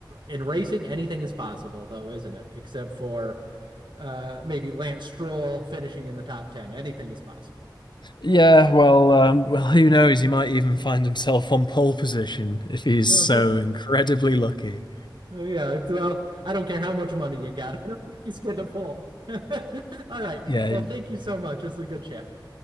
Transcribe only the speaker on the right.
In racing, anything is possible, though, isn't it? Except for uh, maybe Lance Stroll finishing in the top 10. Anything is possible.
<laughs> yeah,
well, I don't care how much money you got. <laughs> I don't think he's going to pull. <laughs> All right.
Well, thank you so much. It's a good chat.